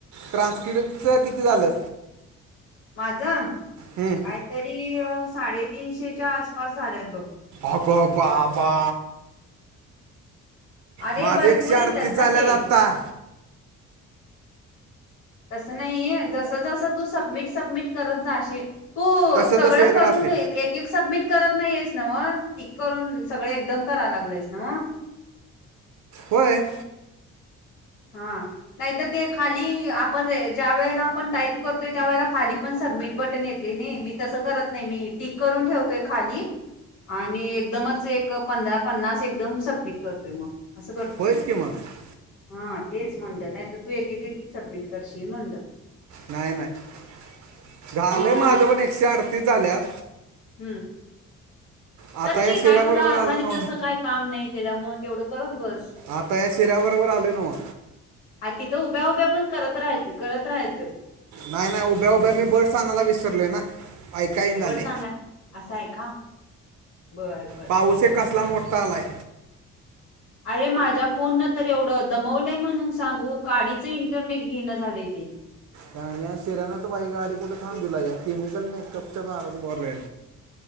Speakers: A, on the right; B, on the left.
A: ट्रान्सकीटचं किती झालं?
B: माझ काहीतरी
A: हम्म.
B: साडेतीनशेच्या आसपास झाल्यात बघ.
A: अगं बाबा
B: अरे
A: माझं
B: भरपूर
A: एकशे अडतीस
B: येतात
A: झाल्यात
B: ना ते,
A: आत्ता
B: तसं नाही जस जसं तू सबमिट सबमिट करत जाशील. तू
A: तसं
B: सगळं
A: तसं येत
B: करून
A: राहते
B: एक एक सबमिट करत नाहीस नव्हं की करून सगळे एकदम कराय लागलायस नव्हं.
A: होय.
B: हा नाही तर ते खाली आपण ज्या वेळेला आपण टाईप करतोय त्या वेळेला खाली पण सबमिट बटन येते नाही. मी तसं करत नाही मी टिक करून ठेवतोय खाली आणि एकदमच एक पंधरा पन्नास एकदम सबमिट करतोय मग असं करतोय
A: होयच
B: मी
A: की मग
B: हा तेच म्हटलं नाही तर तू एक एक सबमिट करशील म्हटलं
A: नाही नाही झालय
B: आणि काय
A: माझ
B: मग
A: पण एकशे अडतीस झाल्यात
B: हम्म
A: आता
B: कर
A: या
B: की अ
A: शिऱ्याबरोबर
B: काय तुला असं
A: आलो
B: आणि
A: ना
B: तसं काय काम नाही त्याच्यामुळ तेवढं करत बस.
A: आता या शिऱ्या बरोबर आलोय नव्ह.
B: आ तिथं उभ्या उभ्या पण करत राहायचं करत राहायचं.
A: नाही नाही उभ्या उभ्या मी बर्ड्स आणायला विसरलोय ना. ऐकाईन झाले
B: बर्ड्स आणाय असं आहे का. बर बर ठीक
A: पाऊस एक
B: आहे
A: कसला मोठा आलाय.
B: अरे माझ्या फोन न तर एवढं दमवलंय म्हणून सांगू काडीचं इंटरनेट घेणं झालंय ते. <unintelligible>
A: राण्या शिर्याने बाईक गाडी कुठे थांबविलाय या केमिकल मेकअपच्या दारात उभारलोय.